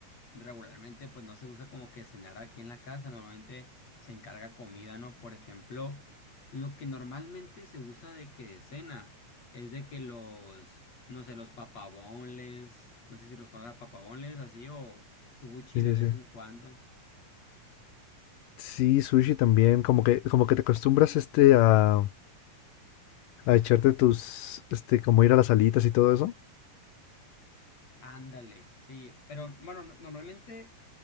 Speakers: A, on the left; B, on the left.
A: regularmente pues no se usa como que cenar aquí en la casa, normalmente se encarga comida, ¿no? Por ejemplo, lo que normalmente se usa de que de cena es de que los, no sé, los papabones, no sé si los conozcas papabones así o sushi
B: Sí, sí,
A: de vez
B: sí.
A: en cuando.
B: Sí, sushi también, como que, como que te acostumbras este a, a echarte tus, este, como ir a las alitas y todo eso.
A: Ándale, sí, pero bueno, no- normalmente